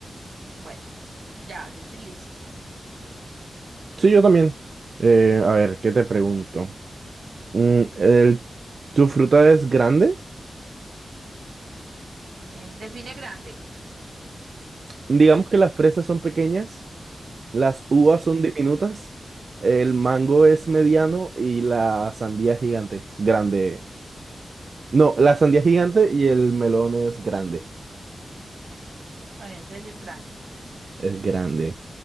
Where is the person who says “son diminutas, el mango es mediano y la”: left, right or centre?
Right